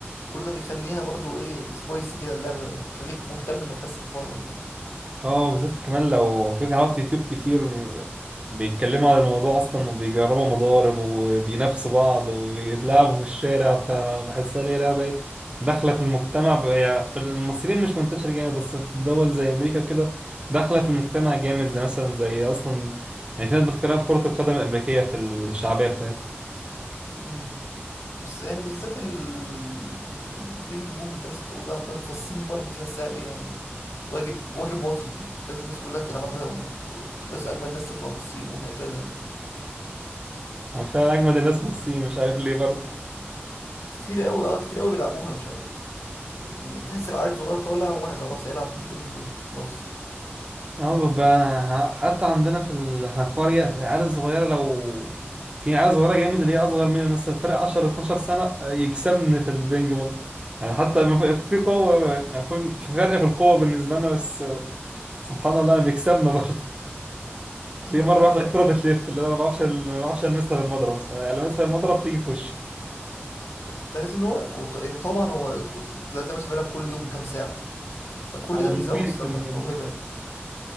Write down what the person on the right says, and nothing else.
اه بالذات كمان لو في قنوات يوتيوب كتير بيتكلموا عن الموضوع اصلا وبيجربوا مضارب وبينافسوا بعض وبيتلاعبوا في الشارع فبحسها ليه لعبة ايه داخلة في المجتمع ب- يعني في المصريين مش منتشرة جامد بس في دول زي امريكا وكده داخلة في المجتمع جامد زي مثلا زي اصلا يعني في ناس بتقارنها بكرة القدم الامريكية في الشعبية بتاعتها
هو فعلا اجمد الناس من الصين مش عارف ليه برضه
اه بقى حتى عندنا في ال... احنا قرية العيال الصغيرة لو في عيال صغيرة جامد اللي هي أصغر مني مثلا فرق 10 12 سنة يكسبني في البينج بونج يعني حتى ما في في قوة يعني في في فرق في القوة بالنسبة لنا بس سبحان الله أنا بيكسبنا برضه <laughs>
تلاقيه
مرة
واحدة الكورة بتلف اللي أنا ما بعرفش ما بعرفش ألمسها بالمضرب مثلا ألمسها بالمضرب تيجي في وشي
أو
ممكن
في النادي